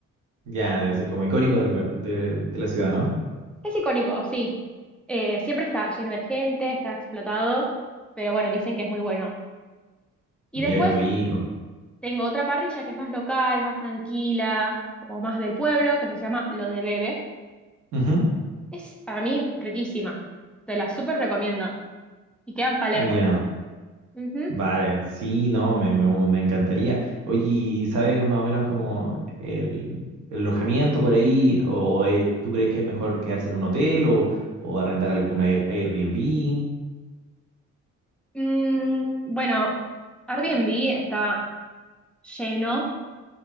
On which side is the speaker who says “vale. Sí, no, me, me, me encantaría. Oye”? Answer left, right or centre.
Right